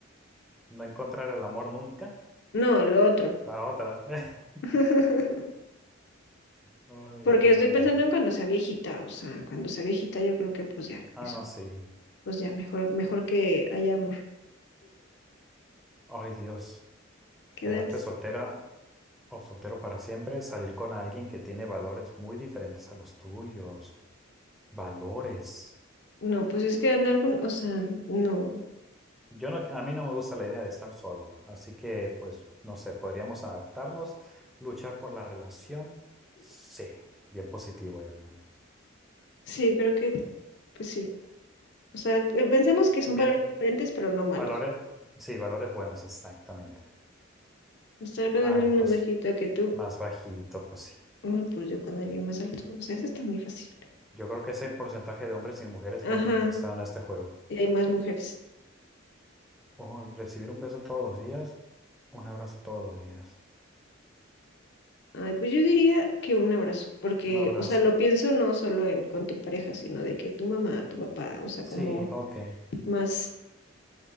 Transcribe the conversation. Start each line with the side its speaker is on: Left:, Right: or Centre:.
Centre: no encontrar el amor nunca,
Left: No, lo otro.
Centre: la otra. <laughs>
Left: <laughs>
Centre: Ay,
Left: Porque
Centre: Dios,
Left: estoy pensando
Centre: ok.
Left: en cuando sea viejita, o sea, cuando sea viejita yo creo que pues ya, eso,
Centre: Ah, no, sí.
Left: pues ya, mejor, mejor que haya amor.
Centre: Ay, Dios,
Left: ¿Qué
Centre: quedarte
Left: tal?
Centre: soltera o soltero para siempre, salir con alguien que tiene valores muy diferentes a los tuyos. Valores.
Left: No, pues es que andar con, o sea, no.
Centre: Yo no, a mí no me gusta la idea de estar solo, así que pues no sé, podríamos adaptarnos, luchar por la relación. Sí, bien positivo, Yona.
Left: Sí, creo que, pues sí. O sea, pe- pensemos que son
Centre: Bien,
Left: valores diferentes, pero no malos.
Centre: valores, sí, valores buenos, exactamente.
Left: Estar con
Centre: Ay,
Left: alguien
Centre: pues
Left: más bajito que tú,
Centre: más bajito, pues sí.
Left: no, pues yo con alguien más alto. O sea, eso está muy fácil.
Centre: Yo creo que es el porcentaje de hombres y mujeres
Left: Ajá,
Centre: que han estado en este juego.
Left: y hay más mujeres.
Centre: Oh, y recibir un beso todos los días, un abrazo todos los días,
Left: Ay, pues yo diría que un abrazo, porque,
Centre: un abrazo.
Left: o sea, lo pienso no solo en con tu pareja, sino de que tu mamá, tu papá, o sea,
Centre: Sí,
Left: como
Centre: ok,
Left: más,